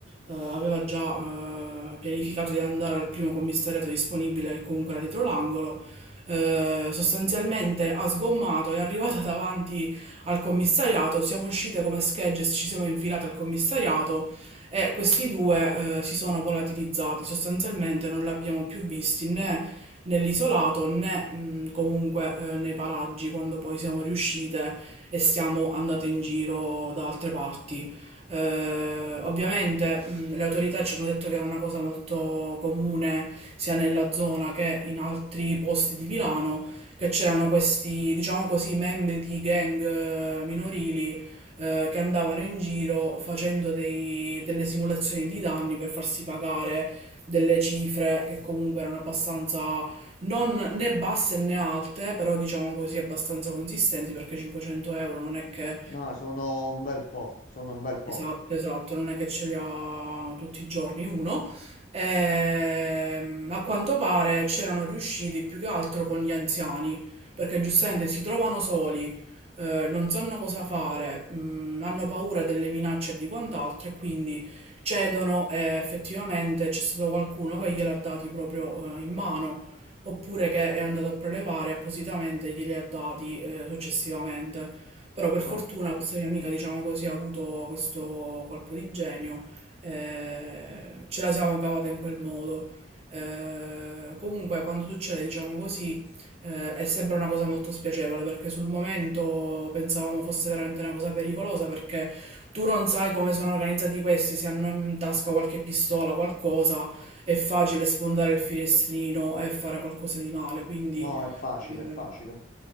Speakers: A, on the right (about 30°); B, on the left (about 40°).
A: aveva già eh, pianificato di andare al primo commissariato disponibile, che comunque era dietro l'angolo, eh, sostanzialmente ha sgommato, è arrivata <laughs> davanti al commissariato, siamo uscite come schegge, ci siamo infilate al commissariato e questi due eh, si sono volatilizzati, sostanzialmente non li abbiamo più visti né nell'isolato né mh, comunque eh, nei paraggi quando poi siamo riuscite e siamo andate in giro da altre parti. Eh, ovviamente mh, le autorità ci hanno detto che era una cosa molto comune sia nella zona che in altri posti di Milano, che c'erano questi, diciamo così, membri di gang eh, minorili eh, che andavano in giro facendo dei- delle simulazioni di danni per farsi pagare delle cifre che comunque erano abbastanza non né basse né alte, però diciamo così abbastanza consistenti perché 500 euro non è che
B: No, sono un bel po', sono un bel po'.
A: Esatto, esatto, non è che ce li ha tutti i giorni uno. Ehm, a quanto pare c'erano riusciti più che altro con gli anziani, perché giustamente si trovano soli, eh, non sanno cosa fare, mm, hanno paura delle minacce e di quant'altro e quindi cedono e effettivamente c'è stato qualcuno che gliel'ha dati proprio, eh, in mano, oppure che è andato a prelevare appositamente e glieli ha dati, eh, successivamente. Però per fortuna
B: Ah,
A: questa mia amica, diciamo così, ha avuto questo colpo di genio, eh, ce la siamo cavata in quel modo. Eh, comunque quando succede, diciamo così, eh, è sempre una cosa molto spiacevole perché sul momento pensavamo fosse veramente una cosa pericolosa perché tu non sai come sono organizzati questi, se hanno in tasca qualche pistola, qualcosa, è facile sfondare il finestrino e fare qualcosa di male, quindi...
B: no, è facile,
A: eh,
B: è facile.